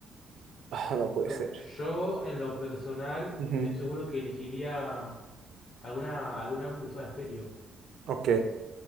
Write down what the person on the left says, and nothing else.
Yo,
yo, en lo personal,
estoy seguro que elegiría alguna, algún álbum de Soda Stereo.